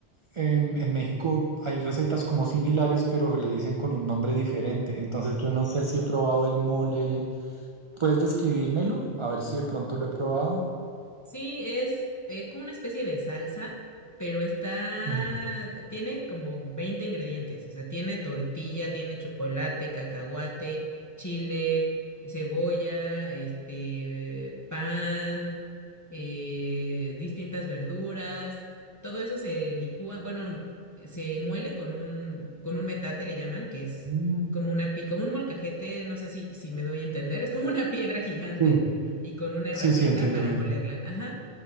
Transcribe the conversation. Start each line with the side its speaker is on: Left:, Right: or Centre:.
Right: em, en México hay recetas como similares, pero le dicen con un nombre diferente. Entonces yo no sé si he probado el mole ¿Puedes describírmelo? A ver si de pronto lo he probado.
Left: Sí, es eh, como una especie de salsa, pero está,
Right: Ujú,
Left: tiene como 20 ingredientes, o sea, tiene tortilla, tiene chocolate, cacahuate, chile, cebolla, este, pan, eh, distintas verduras, todo eso se licúa, bueno, se muele con un, con un metate, le llaman, que es
Right: mm,
Left: como una, pi- como un molcajete, no sé si, si me doy a entender, es como una piedra gigante
Right: Sí,
Left: y con una herramienta
Right: sí, sí, entiendo
Left: para
Right: bien.
Left: molerla, ajá.